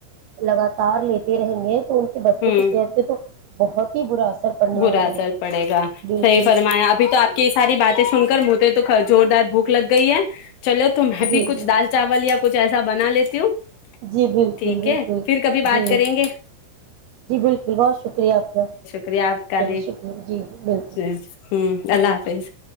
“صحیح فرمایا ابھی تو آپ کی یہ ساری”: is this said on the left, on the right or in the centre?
Left